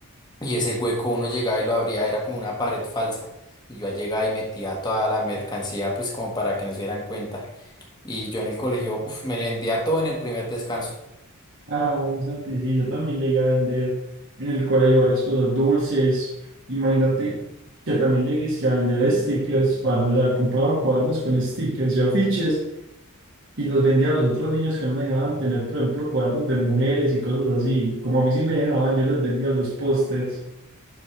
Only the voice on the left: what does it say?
y ese hueco uno llegaba y lo abría, era como una pared falsa. Y yo llegaba y metía toda la mercancía pues como para que no se dieran cuenta. Y yo en el colegio uf, me vendía todo en el primer descanso.